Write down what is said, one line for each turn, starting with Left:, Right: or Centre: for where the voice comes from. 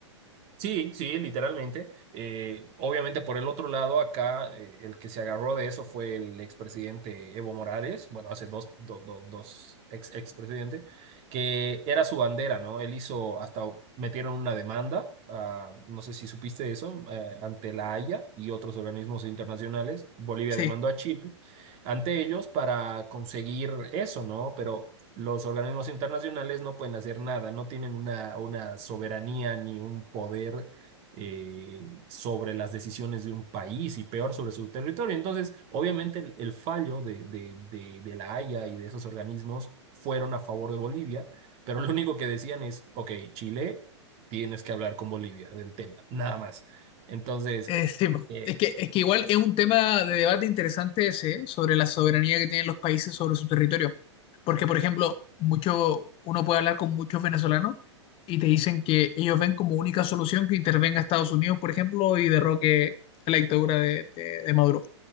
Right: Sí, sí, literalmente. Eh, obviamente por el otro lado, acá eh, el que se agarró de eso fue el expresidente Evo Morales, bueno, hace dos, do- do- dos ex expresidentes, que era su bandera, ¿no? Él hizo, hasta metieron una demanda, ah, no sé si supiste eso, eh, ante la Haya y otros organismos internacionales. Bolivia
Left: Sí.
Right: demandó a Chile ante ellos para conseguir eso, ¿no? Pero los organismos internacionales no pueden hacer nada, no tienen una, una soberanía ni un poder eh, sobre las decisiones de un país y peor sobre su territorio. Entonces, obviamente el, el fallo de, de, de, de la Haya y de esos organismos fueron a favor de Bolivia, pero lo único que decían es, ok, Chile, tienes que hablar con Bolivia del tema, nada más. Entonces,
Left: Eh, sí, po.
Right: eh,
Left: es que, es que igual es un tema de debate interesante ese, ¿eh? sobre la soberanía que tienen los países sobre su territorio. Porque, por ejemplo, mucho, uno puede hablar con muchos venezolanos y te dicen que ellos ven como única solución que intervenga Estados Unidos, por ejemplo, y derroque la dictadura de, de- de Maduro.